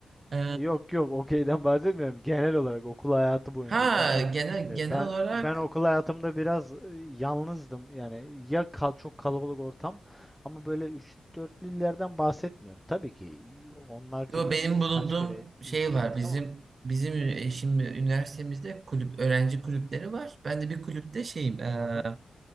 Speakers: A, on the right; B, in the centre.
A: E,
B: E, Yok yok okeyden bahsetmiyorum. Genel olarak okul hayatı boyunca.
A: ha
B: Çünkü
A: genel
B: e,
A: genel
B: ben
A: olarak
B: ben okul hayatımda biraz e, yalnızdım. Yani ya kal- çok kalabalık ortam ama böyle 3-4'lülerden bahsetmiyorum. Tabii ki onlarca
A: Yo
B: y-
A: benim bulunduğum
B: kaç kere
A: şey
B: yüz bire
A: var.
B: gittik
A: Bizim
B: ama.
A: bizim ü- şimdi üniversitemizde kulüp öğrenci kulüpleri var. Ben de bir kulüpte şeyim eee,
B: Aha.